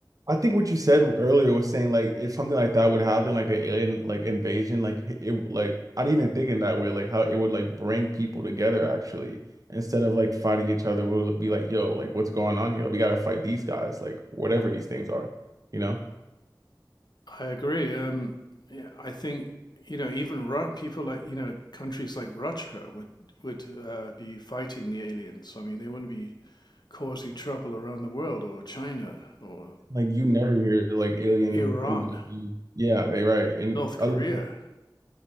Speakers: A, on the right; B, on the left.
A: I think what you said earlier was saying like if something like that would happen, like an alien like invasion, like it like I didn't even think in that way, like how it would like bring people together actually. Instead of like fighting each other, we'll be like, yo, like what's going on here? We gotta fight these guys, like whatever these things are, you know?
B: I agree. Um, yeah, I think you know even Ru people like you know countries like Russia would would uh, be fighting the aliens. I mean, they wouldn't be causing trouble around the world, or China, or
A: Like you never hear like alien
B: Iran,
A: invasion. Yeah, right. right, And
B: North Korea.
A: other